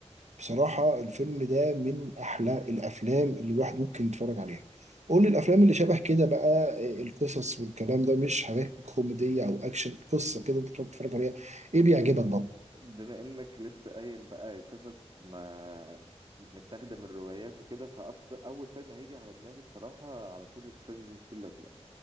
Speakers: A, on the right; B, on the right.
A: بصراحة الفيلم ده من أحلى الأفلام اللي الواحد ممكن يتفرج عليها قول لي الأفلام اللي شبه كده بقى آه، القصص والكلام ده مش حاجات كوميدية أو أكشن قصة كده أنت بتقعد تتفرج عليها إيه بيعجبك برضه؟
B: بما انك لسه قايل بقى قصص ما متاخده من روايات وكده فاكتر اول فيلم هيجي على دماغي بصراحه على طول الفيلم الفيل الازرق